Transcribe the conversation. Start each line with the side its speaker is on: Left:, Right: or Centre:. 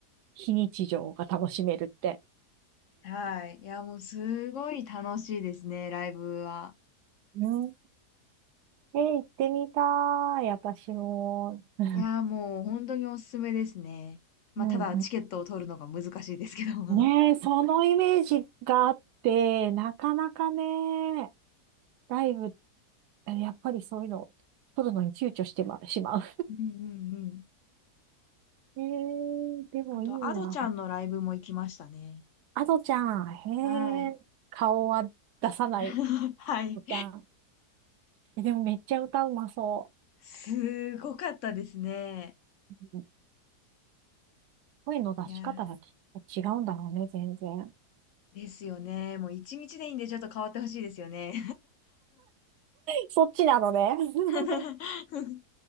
Right: 非日常が楽しめるって。
Left: はい。いや、もうすごい楽しいですね、ライブは。
Right: うん。え行ってみたい、私も。<laughs> う
Left: いや、もう本当におすすめですね。まあ、
Right: んうん
Left: ただチケットを取るのが難しいですけど。<laughs> う
Right: ねえ、そのイメージがあって、なかなかね、ライブ、えやっぱりそういうの、撮るのに躊躇してま、しまう。
Left: んうんうん。
Right: えー、でもいいな。
Left: あと、アドちゃんのライブも行きましたね。
Right: アドちゃん、へえ、
Left: はい。
Right: 顔は出さない、
Left: <laughs> はい。
Right: アドちゃん。えでもめっちゃ歌うまそ
Left: すごかったですね。
Right: う。うん声の出し方がき違うんだろうね、
Left: いやー、
Right: 全然。
Left: ですよね。もう一日でいいんでちょっと変わってほしいですよね。
Right: そっちなのね。<laughs>
Left: <laughs>